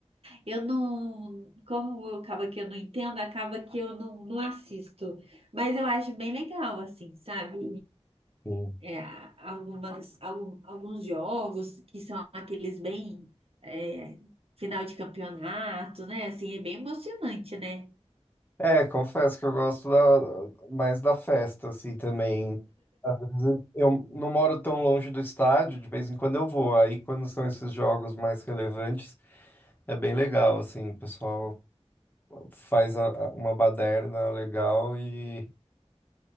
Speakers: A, on the right; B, on the left.
A: Eu não, como eu acaba que eu não entendo, acaba que eu não, não assisto. Mas eu acho bem legal, assim, sabe?
B: Sim.
A: E, é, algumas, algum- alguns jogos que são aqueles bem, é, final de campeonato, né? Assim, é bem emocionante, né?
B: É, confesso que eu gosto da- mais da festa, assim, também. Às vezes eu não moro tão longe do estádio, de vez em quando eu vou. Aí, quando são esses jogos mais relevantes, é bem legal, assim, o pessoal faz a- a- uma baderna legal e